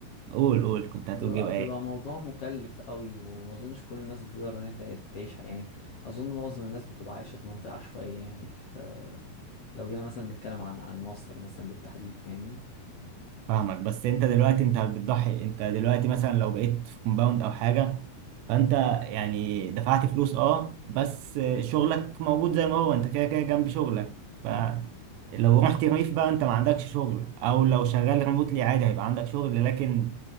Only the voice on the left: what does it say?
بيبقى
بيبقى
موضوع مكلف قوي وما اظنش كل الناس بتقدر ان هي تع- تعيش يعني اظن معظم الناس بتبقى عايشه في مناطق عشوائيه يعني في لو جينا مثلا نتكلم عن عن مصر مثلا بالتحديد فاهمني